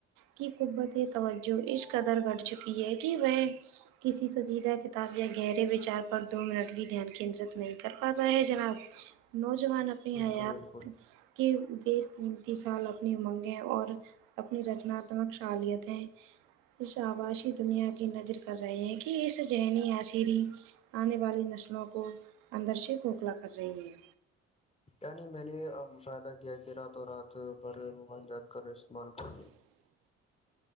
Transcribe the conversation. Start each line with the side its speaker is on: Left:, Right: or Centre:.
Right: کی قبتی توجہ اس قدر گٹ چکی ہے کہ وہ کسی سجیدہ کتاب یا گہرے وچار پر دو منٹ بھی دھیان کیندرت نہیں کر پاتا ہے جناب نوجوان اپنی
Left: بالکل
Right: حیات
Left: بالکل
Right: کہ بیس تینتیس سال اپنی امنگیں اور اپنی رچناتمک شالتیں آباشی دنیا کی نظر کر رہے ہیں کہ اس ذنی آسری آنے والی نسلوں کو اندر سے کھوکھلا کر رہی ہے
Left: ی نہیں میں نے مشاہدہ کیا کہ رات اور رات پرھر موبل جات کر اسمال کر